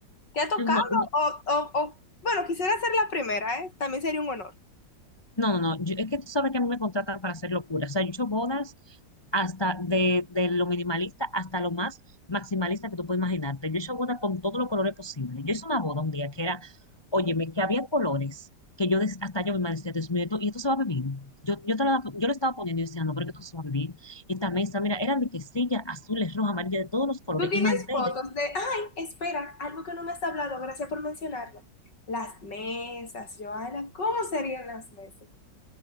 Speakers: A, on the left; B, on the left.
A: ¿Te ha tocado?
B: no,
A: O, o- o- bueno, quisiera ser la primera, ¿eh? También sería un honor.
B: No, no, no. yo- es que tú sabes que a mí me contratan para hacer locuras. O sea, yo he hecho bodas hasta de, de lo minimalista hasta lo más maximalista que tú puedes imaginarte. Yo he hecho bodas con todos los colores posibles. Yo hice una boda un día que era, óyeme, que había colores que yo des- hasta yo me decía, Dios mío, ¿y esto, y esto se va a beber? Yo, yo, te lo, yo lo estaba poniendo y decía, no, pero que esto no se va a beber. Y esta mesa, mira, eran de quesillas azules, rojas, amarillas, de todos los colores
A: Tú tienes
B: y manteles.
A: fotos de, ay, espera, algo que no me has hablado, gracias por mencionarlo. Las mesas, Joana, ¿cómo serían las mesas?